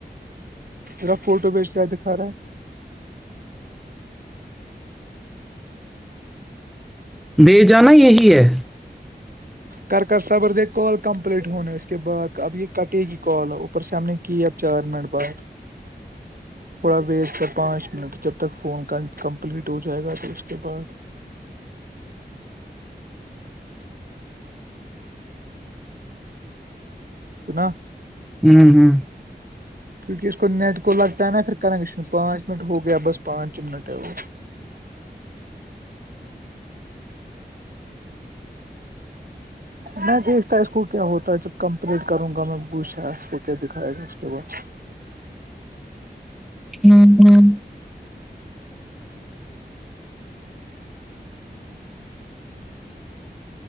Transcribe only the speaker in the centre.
بھی جانا یہی ہے
ہوں ہوں
ہوں ہوں